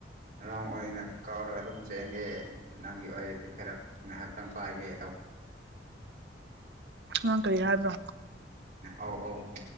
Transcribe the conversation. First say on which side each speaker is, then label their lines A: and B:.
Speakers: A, on the right; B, on the right.
A: ꯔꯥꯎ ꯑꯣꯏꯅ ꯀꯥꯎꯔꯒ ꯑꯗꯨꯝ ꯆꯦꯟꯒꯦ ꯅꯪꯒꯤ ꯑꯣꯏꯔꯗꯤ ꯈꯔ ꯉꯥꯏꯍꯥꯛꯇꯪ ꯄꯥꯏꯒꯦ ꯑ
B: ꯅꯪ ꯀꯔꯤ ꯍꯥꯏꯕ꯭ꯔꯣ
A: ꯑꯧ ꯑꯥꯎ ꯐꯣ